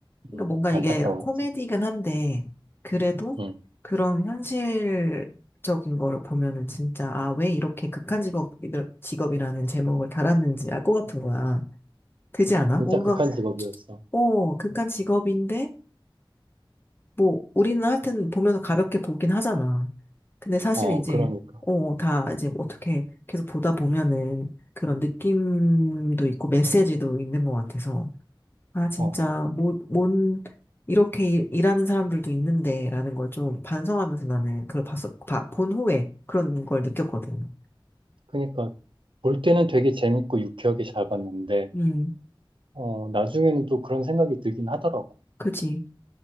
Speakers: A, on the left (about 25°); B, on the right (about 70°).
A: 그러니까
B: 음,
A: 뭔가
B: 안타까웠지.
A: 이게 코미디긴 한데, 그래도
B: 음.
A: 그런 현실적인 거를 보면은 진짜, 아, 왜 이렇게 극한 직업, 직업이라는 제목을 달았는지 알 것 같은 거야. 그지 않아?
B: 진짜
A: 뭔가,
B: 극한 직업이었어.
A: 어, 극한 직업인데, 뭐, 우리는 하여튼 보면서 가볍게 보긴 하잖아. 근데 사실
B: 어,
A: 이제,
B: 그러니까.
A: 어, 다 이제 어떻게 계속 보다 보면은 그런 느낌도 있고 메시지도 있는 것 같아서. 아, 진짜,
B: 어,
A: 뭐, 뭔, 이렇게 일- 일하는 사람들도 있는데, 라는 걸 좀 반성하면서 나는 그걸 봤어, 봐, 본 후에 그런 걸 느꼈거든.
B: 그러니까 볼 때는 되게 재밌고 유쾌하게 잘 봤는데,
A: 음,
B: 어, 나중에는 또 그런 생각이 들긴 하더라고.
A: 그치.